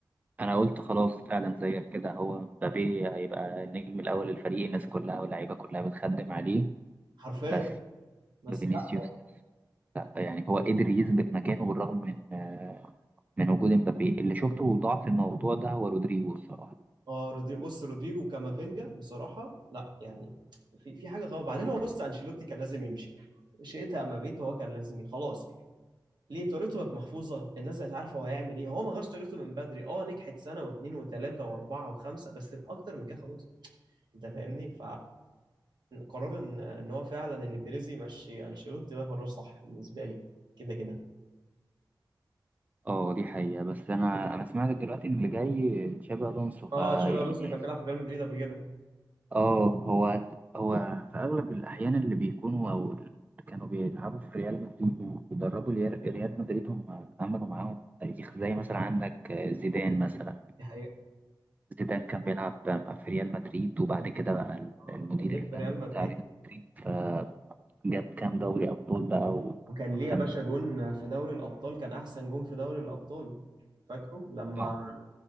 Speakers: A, on the right (about 20°); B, on the right (about 65°).
A: انا قلت خلاص فعلا زيك كده هو مبابي هيبقى النجم الاول للفريق الناس كلها واللعيبه كلها بتخدم عليه
B: حرفيا
A: بس
B: بس
A: فينيسيوس
B: لا هو-
A: لا يعني هو قدر يثبت مكانه بالرغم من آه، من وجود مبابي اللي شفته ضعف الموضوع ده هو رودريجو الصراحه
B: اه رودري بص رودريجو كامافينجا بصراحه لا يعني في في حاجه غلط بعدين هو بص انشيلوتي كان لازم يمشي شئت ام ابيت هو كان لازم يمشي خلاص ليه طريقته بقت محفوظه الناس بقت عارفه هو هيعمل ايه هو ما غيرش طريقته من بدري اه نجحت سنه واثنين وثلاثه واربعه وخمسه بس اكتر من كده خلاص انت فاهمني فقرار ان ان هو فعلا ان بيريز يمشي انشيلوتي ده قرار صح بالنسبه لي كده كده
A: اه دي حقيقه بس انا انا سمعت دلوقتي ان اللي جاي تشابي الونسو فيعني
B: اه شابي الونسو اللي كان بيلعب في ريال مدريد قبل كده
A: اه هو هو في اغلب الاحيان اللي بيكونوا او اللي كانوا بيلعبوا في ريال مدريد ودربوا ريال ريال مدريد هم عملوا معاهم تاريخ زي مثلا عندك زيدان مثلا
B: دي حقيقة
A: زيدان كان بيلعب في ريال مدريد وبعد كده بقى
B: آه،
A: المدير
B: كان
A: الفني
B: نجم ريال مدريد
A: بتاع ريال مدريد فجاب كام دوري ابطال بقى
B: وكان
A: وكان
B: ليه يا باشا جون في دوري الابطال كان احسن جون في دوري الابطال فاكره لما
A: اه